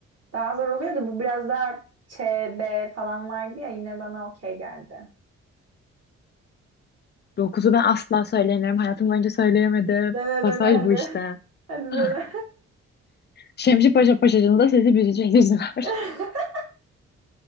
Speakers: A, on the right; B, on the left.
A: daha zor oluyor da bu biraz daha Ç, B falan vardı ya yine bana okey geldi.
B: Dokuzu ben asla söyleyemiyorum. Hayatım boyunca söyleyemedim.
A: Dene
B: Pasaj
A: dene hadi.
B: bu işte.
A: Hadi
B: <laughs>
A: dene.
B: Şemsi Paşa Pasajı'nda sesi büzüşecekler.
A: <laughs>